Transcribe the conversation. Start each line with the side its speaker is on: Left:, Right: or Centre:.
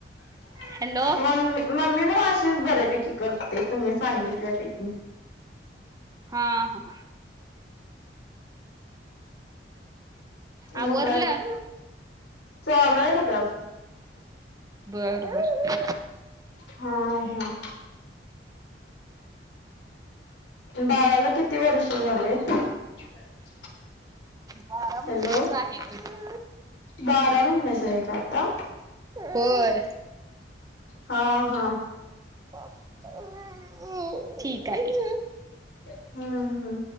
Left: <inaudible>
Right: हॅलो
Left: मम्मी मम्मी बघ अशीच बऱ्यापैकी करते तुम्ही सांगितल्या पैकी.
Right: हा हा. आवरलं
Left: मग काय, चाललंय बघा.
Right: बर बर.
Left: हा हा. बाळाला किती वर्ष झाले? <unintelligible>
Right: बारा महिनेच
Left: हॅलो!
Right: आहे <unintelligible>
Left: बारा महिनेचा आहे का आता?
Right: होय.
Left: हा हा.
Right: <unintelligible> ठीक आहे.
Left: हा हा.